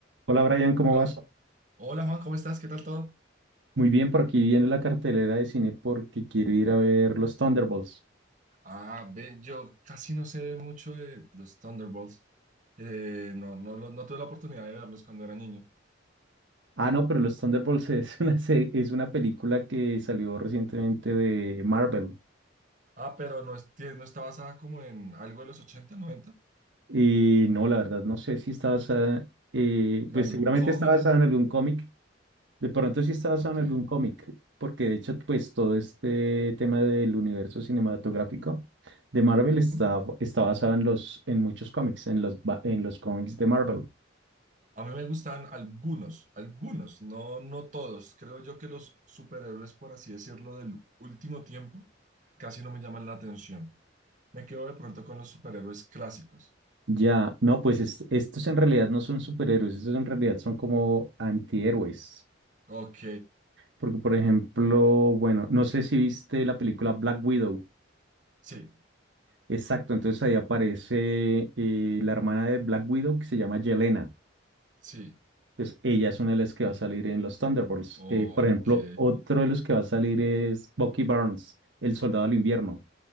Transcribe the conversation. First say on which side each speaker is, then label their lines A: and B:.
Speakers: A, on the right (about 70°); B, on the right (about 40°).
A: Hola Brian, ¿cómo
B: Hola,
A: vas?
B: hola Juan, ¿cómo estás? ¿Qué tal todo?
A: Muy bien, por aquí viendo la cartelera de cine porque quiero ir a ver los Thunderbolts.
B: Ah, ve, yo casi no sé mucho de los Thunderbolts. Eh, no, no, lo- no tuve la oportunidad de verlos cuando era niño.
A: Ah, no, pero los Thunderbolts <laughs> es una serie- es una película que salió recientemente de Marvel.
B: Ah, pero no, es, tie- no está basada como en algo de los ochenta noventa,
A: Y no, la verdad, no sé si está basada, eh,
B: en
A: pues
B: algún
A: seguramente
B: cómic.
A: está basada en algún cómic. De pronto sí está basada
B: Ok.
A: en algún cómic, porque de hecho, pues todo este tema del universo cinematográfico de Marvel está,
B: Mm.
A: está basado en los, en muchos cómics, en los, ba- en los cómics de Marvel.
B: A mí me gustan algunos, algunos, no, no todos. Creo yo que los superhéroes, por así decirlo, del último tiempo, casi no me llaman la atención. Me quedo de pronto con los superhéroes clásicos.
A: Ya, no, pues es- estos en realidad no son superhéroes, estos en realidad son como antihéroes.
B: Ok,
A: Porque, por ejemplo, bueno, no sé si viste la película Black Widow.
B: sí.
A: Exacto, entonces ahí aparece eh, la hermana de Black Widow que se llama Yelena.
B: Sí,
A: Entonces ella es una de las que va a salir en los Thunderbolts.
B: Ok,
A: Eh, por ejemplo, otro de los que va a salir es Bucky Barnes, el soldado del invierno.